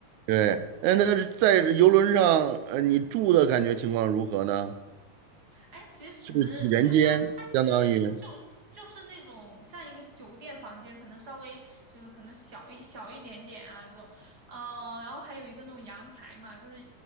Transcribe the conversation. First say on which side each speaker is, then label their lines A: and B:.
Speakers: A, on the right; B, on the right.
A: 对，哎，那在游轮上，呃，你住的感觉情况如何呢？
B: 哎，其实就是它，
A: 是不是几人间，
B: 它其实就就是那种像一个酒店房间，
A: 相当于，
B: 可能稍微就是可能小一小一点点啊这种，呃，然后还有一个那种阳台嘛，就是